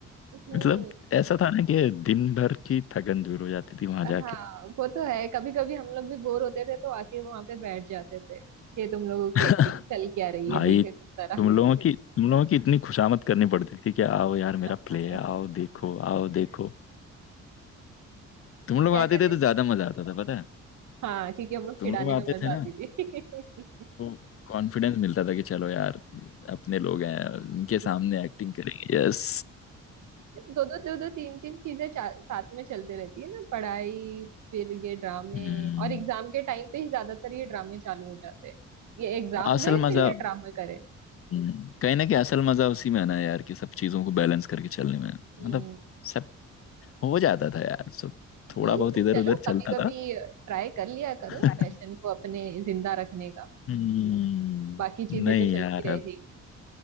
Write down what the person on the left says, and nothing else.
मतलब ऐसा था ना कि दिन भर की थकन दूर हो जाती थी वहां
जाके
<laughs>
भाई
तुम ये लोगों है की तुम लोगों की हाँ। इतनी खुशामद करनी पड़ती थी कि आओ यार मेरा
प्ले है आओ देखो आओ देखो तुम लोग
आते
थे तो ज्यादा मजा आता था पता है
तुम
लोग
आते
थे ना
तो कॉन्फिडेंस मिलता था कि चलो यार अपने लोग हैं उनके
सामने एक्टिंग करेंगे यस
हम्म,
असल
ये मजा
है
हम्म, कहीं ना कहीं असल मजा उसी में है ना यार कि सब चीजों को बैलेंस करके चलने में
मतलब सब हो जाता था यार सब
थोड़ा बहुत
इधर उधर
चलता
था
<laughs> बात
हम्म,
नहीं
यार